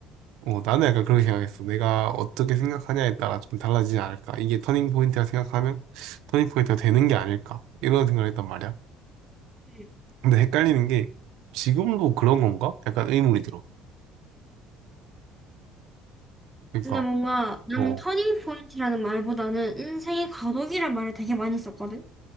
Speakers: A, on the right; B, in the centre.
A: 어, 나는 약간 그렇게 생각했어. 내가 어떻게 생각하냐에 따라 좀 달라지지 않을까. 이게 터닝 포인트라 생각하면 터닝 포인트가 되는 게 아닐까. 이런 생각을 했단 말이야.
B: 음.
A: 근데 헷갈리는 게 지금도 그런 건가? 약간 의문이 들어. 그러니까
B: 근데 뭔가 나는
A: 어
B: 터닝 포인트라는 말보다는 인생의 과도기란 말을 되게 많이 썼거든.